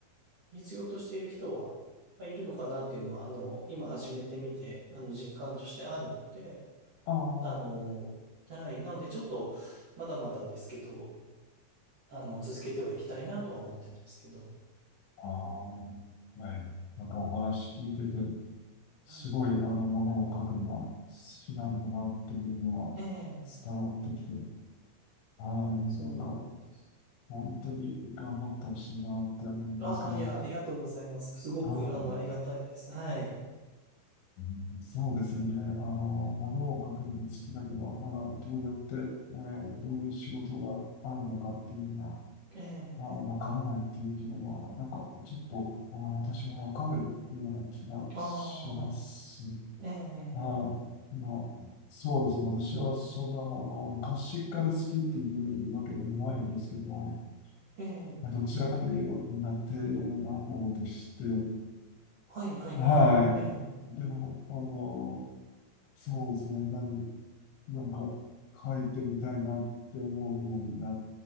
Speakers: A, on the right; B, on the left.
A: 必要としている人は、まあ、いるのかなっていうのは、あの、今始めてみて、あの、実感としてあるので、
B: ああ、
A: あの、はい。なので、ちょっと、まだまだですけど、あの、続けてはいきたいなとは思ってるんですけど。
B: ああ、ね、なんかお話聞いてて、すごいあのものを書くのが好きなんだなっていうのは
A: はい。ええ、
B: 伝わってきて、はい、
A: そうなんです。
B: なんか本当に頑張ってほしいなって思うんですけど、
A: ああ、いや、ありがとうございます。すごく、
B: はい、
A: あの、ありがたいです。はい。
B: うんそうですよね。あの、ものを書くのが好きだけど、あー、どうやって、えーどういう仕事があるのかっていうのは、
A: ええ、
B: まあわからないっていうところは、なんかちょっと、あー、私もわかるような気がします。
A: ああ、ええ、
B: はい。まあ、そうですね。私はそんな、あの、昔から好きっていうわけでもないんですけどね、
A: ええ、
B: まあどちらかといえば苦手な方でして、
A: はい、はい、
B: は
A: はい。ええ、
B: い。でも、あの、そうですね。何、なんか書いてみたいなって思うようになっ